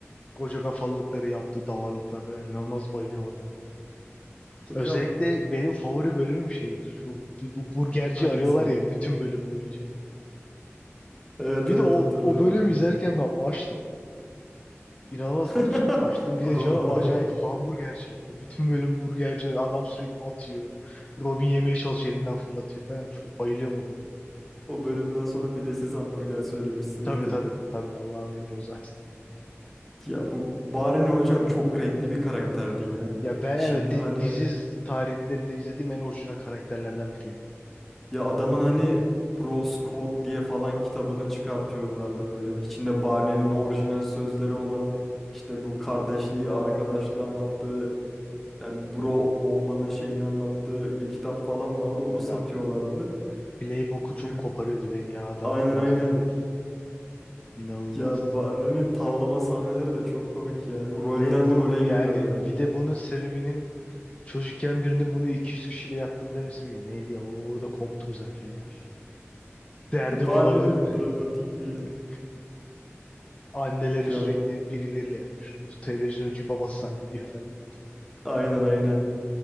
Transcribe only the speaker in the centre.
Hocam
hangisi?
Evet
evet
hatırlıyorum.
<laughs>
Ama
o bölümden sonra bir de siz hamburger söylemişsinizdir.
Ya bu Barney hocam çok renkli bir karakterdi ya.
Şimdi
hani
ya adamın hani Bros Code diye falan kitabını çıkartıyorlardı böyle. İçinde Barney'nin orijinal sözleri olan işte bu kardeşliği, arkadaşlığı anlattığı yani bro olmanın şeyini anlattığı bir kitap falan vardı. Onu
satıyorlardı.
Bir-
Aynen
aynen.
Ya Barney'nin tavlama sahneleri de çok komik ya. Rolden
role
giriyor böyle.
Barney'nin
dramatikliği.
Ya
aynen aynen.